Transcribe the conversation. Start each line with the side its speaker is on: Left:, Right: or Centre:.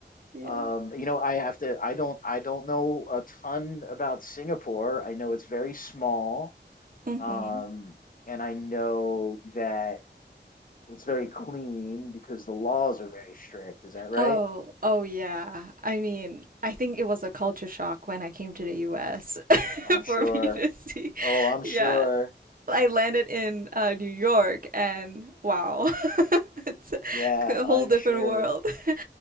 Right: Yeah.
Left: Um, you know, I have to, I don't, I don't know a ton about Singapore. I know it's very small,
Right: hmm
Left: um, and I know that it's very clean because the laws are very strict. Is that right?
Right: Oh, oh yeah. I mean, I think it was a culture shock when I came to the US <laughs>
Left: I'm sure.
Right: for me to see.
Left: Oh, I'm
Right: Yeah.
Left: sure.
Right: I landed in uh, New York, and wow, <laughs> it's
Left: Yeah,
Right: a
Left: I'm
Right: whole different
Left: sure.
Right: world. <laughs>